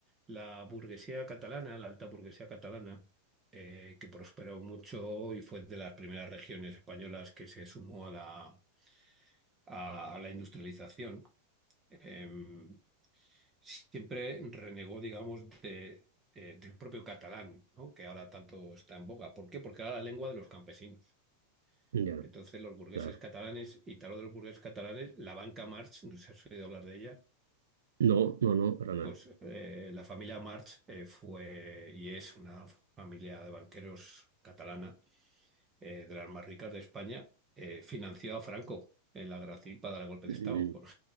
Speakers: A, on the right; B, on the right.
A: la burguesía catalana, la alta burguesía catalana, eh, que prosperó mucho y fue de las primeras regiones españolas que se sumó a la, a, la industrialización, em, siempre renegó, digamos, de, eh, del propio catalán, ¿no? Que ahora tanto está en boga. ¿Por qué? Porque era la lengua de los campesinos.
B: Ya,
A: Entonces, los burgueses
B: claro.
A: catalanes, y te hablo de los burgueses catalanes, la banca Marx, no sé si has oído hablar de ella
B: No, no, no, para nada.
A: Pues eh, la familia March eh, fue y es una familia de banqueros catalana eh, de las más ricas de España. Eh, financió a Franco en la Gracil para dar el golpe
B: Mm,
A: de Estado. por- <laughs> O